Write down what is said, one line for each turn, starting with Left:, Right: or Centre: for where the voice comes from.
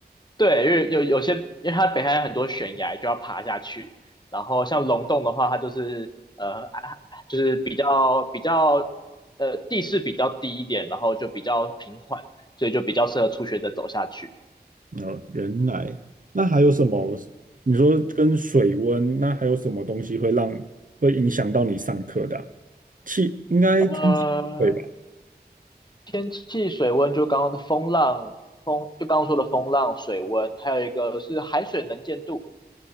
Left: 对，因为有有些，因为它北海岸很多悬崖就要爬下去，然后像龙洞的话，它就是呃，啊就是比较比较呃地势比较低一点，然后就比较平缓，所以就比较适合初学者走下去。
Right: 哦，原来，那还有什么？你说跟水温，那还有什么东西会让会影响到你上课的啊气应该天气不会吧？
Left: 呃，天气、水温，就刚刚的风浪、风，就刚刚说的风浪、水温，还有一个是海水能见度。